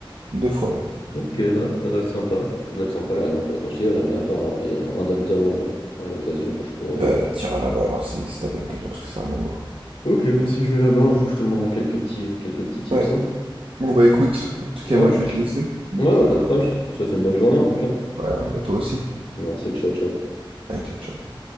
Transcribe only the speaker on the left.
Ok, ouais, ça doit être sympa. Ça doit être sympa la Réunion. Faudrait- Comme je dis, ouais, j'aimerais bien faire un, pays- un dom un jour, à l'occasion quand je pourrais.
euh.
Ok, bah si je vais là-bas un jour, je te demanderai quelques petits, quelques petits tips,
hein.
Ouais,
ouais, bah,
pas de problème. Je te souhaite une bonne journée en tout cas.
Merci, ciao, ciao.